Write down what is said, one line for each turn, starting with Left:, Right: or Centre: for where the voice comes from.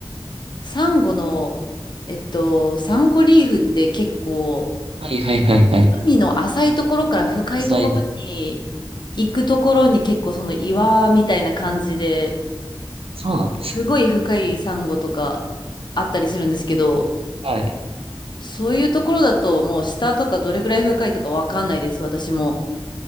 Left: サンゴの、えっと、サンゴリーフって結構、
Right: はいはいはいはい。
Left: 海の浅いところから深いところに行くところに結構その岩みたいな感じで、
Right: 浅い。そうなんですね。
Left: すごい深いサンゴとかあったりするんですけど、
Right: はい。
Left: そういうところだともう下とかどれぐらい深いとかわかんないです、私も。